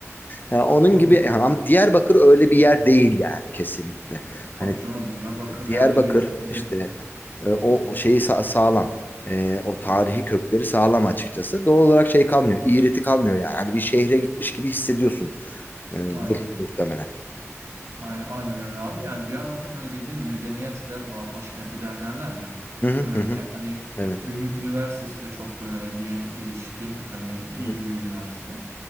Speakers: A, on the left; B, on the right.
A: Yani onun
B: Aynen.
A: gibi yani ama Diyarbakır öyle bir yer değil yani kesinlikle.
B: Tabii
A: Hani
B: canım Diyarbakır
A: Diyarbakır
B: yani bir müde.
A: işte e, o
B: Hı hı.
A: o şeyi sa- sağlam. E, o tarihi
B: Evet.
A: kökleri sağlam açıkçası. Doğal olarak şey kalmıyor. İğreti kalmıyor yani. Hani bir şehre gitmiş gibi hissediyorsun. E,
B: Aynen.
A: dur muhtemelen.
B: Aynen, aynen öyle abi. Yani Diyarbakır böyle bildiğin medeniyetler ba- başkenti de derler ya.
A: Hı hı
B: Öyle.
A: hı. hı.
B: Hani
A: Evet.
B: ünü- üniversitesi de çok böyle ge- gelişkin, hani iyi
A: Hı hı.
B: bir üniversite.